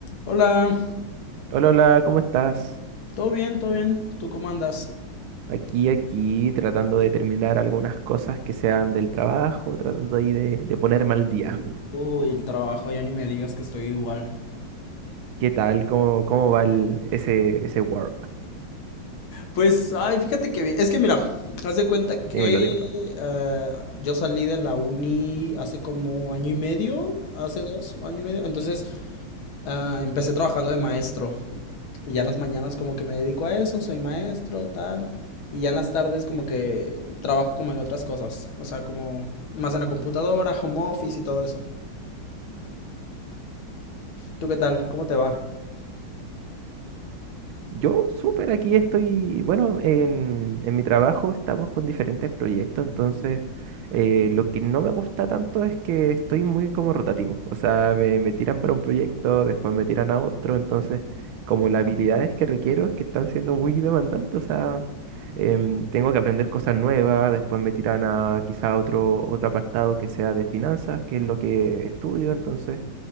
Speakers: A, on the left; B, on the right.
A: Hola,
B: Hola, hola, ¿cómo estás?
A: todo bien, todo bien. ¿Tú cómo andas?
B: Aquí, aquí, tratando de terminar algunas cosas que sean del trabajo, tratando ahí de, de ponerme al día.
A: Uy, el trabajo, ya ni me digas que estoy igual.
B: ¿Qué tal? ¿Cómo, cómo va el, ese, ese work?
A: Pues, ay, fíjate que bien. Es que mira, haz de cuenta que
B: Dímelo, dímelo.
A: eh, yo salí de la uni hace como año y medio, hace dos, año y medio. Entonces, ah, empecé trabajando de maestro. Y ya en las mañanas como que me dedico a eso, soy maestro, tal. Y ya en las tardes como que trabajo como en otras cosas. O sea, como más en la computadora, home office y todo eso. ¿Tú qué tal? ¿Cómo te va?
B: Yo súper aquí estoy, bueno, en, en mi trabajo estamos con diferentes proyectos, entonces eh, lo que no me gusta tanto es que estoy muy como rotativo, o sea, me, me tiran para un proyecto, después me tiran a otro, entonces como las habilidades que requiero es que están siendo muy demandantes, o sea, em, tengo que aprender cosas nuevas, después me tiran a quizá otro, otro apartado que sea de finanzas, que es lo que estudio, entonces